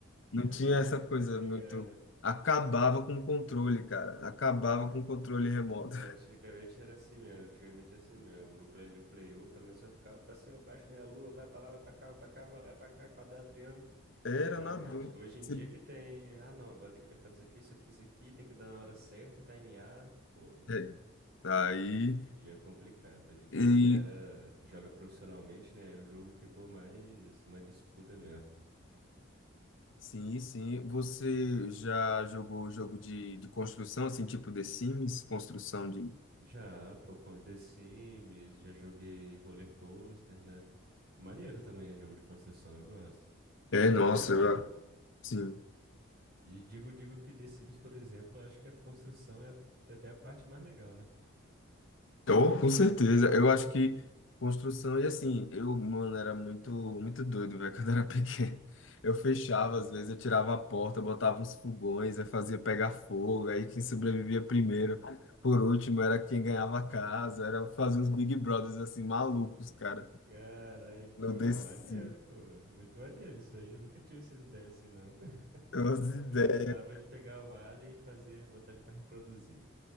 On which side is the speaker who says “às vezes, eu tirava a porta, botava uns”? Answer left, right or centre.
Left